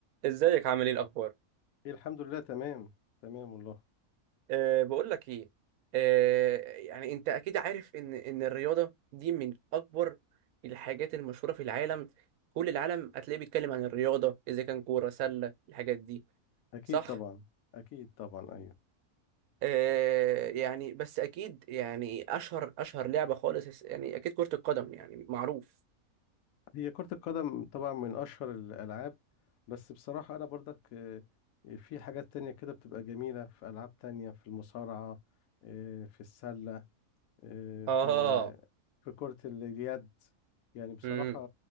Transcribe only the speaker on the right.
ازيك عامل ايه الاخبار
أه بقول لك ايه أه يعني انت اكيد عارف ان ان الرياضه دي من اكبر الحاجات المشهوره في العالم كل العالم هتلاقيه بيتكلم عن الرياضه اذا كان كوره سله الحاجات دي
صح
أه يعني بس اكيد يعني اشهر اشهر لعبه خالص يعني اكيد كره القدم يعني معروف
اه
امم